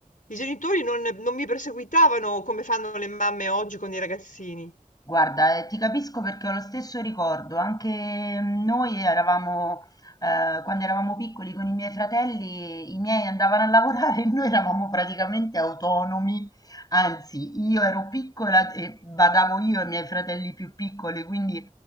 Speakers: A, on the left (about 70°); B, on the left (about 25°).
A: i genitori non non mi perseguitavano come fanno le mamme oggi con i ragazzini.
B: Guarda, eh, ti capisco perché ho lo stesso ricordo, anche mm, noi eravamo, eh, quando eravamo piccoli con i miei fratelli, i miei andavano a lavorare <laughs> e noi eravamo praticamente autonomi, anzi io ero piccola e badavo io ai miei fratelli più piccoli, quindi